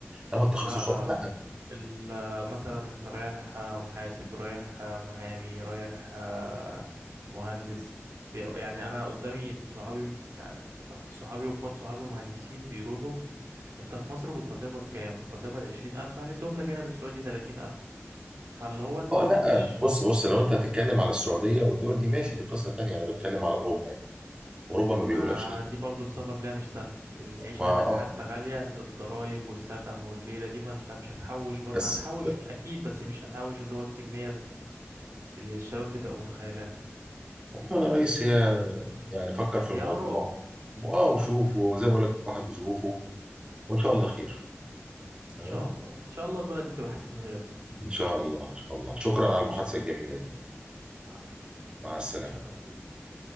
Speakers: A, on the right; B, on the right.
A: انما التخصصات
B: لا لا لا
A: لا
B: ال- آه، مثلا انت رايح آه، محاسب رايح آه، محامي رايح آه، مهندس بي- يعني انا قدامي صحابي يعني صحابي واخوات صحابي مهندسين بيروحوا انت في مصر كنت هتقبض كام كنت هتقبض عشرين الف هنديهم لك هنا بالسعودي تلاتين الف فاللي هو انت
A: اه
B: برضو
A: لا
B: مش
A: بص بص لو انت هتتكلم على السعوديه والدول دي ماشي دي قصه تانية انا بتكلم على اوروبا يعني اوروبا ما بيقولكش
B: ما دي برضو السفر ليها مش سهل العيشة
A: ما
B: هناك
A: اه
B: حتى غالية الضرايب والسكن والليلة دي فانت مش هتحوش برضو
A: بس
B: هتحوش
A: ب-
B: اكيد بس مش هتحوش اللي هو الكمية اللي الشباب بتبقى متخيلها
A: عموما يا ريس هي يعني فكر في الموضوع
B: يا آراء
A: واه وشوف وزي ما بقول لك واحد وظروفه وان شاء الله خير تمام
B: ان شاء الله ان شاء الله البلد دي تبقى احسن من غيرها
A: إن شاء الله إن شاء الله شكرا على المحادثة الجميلة دي
B: <laughs> عفو
A: مع السلامة
B: شرفت بيك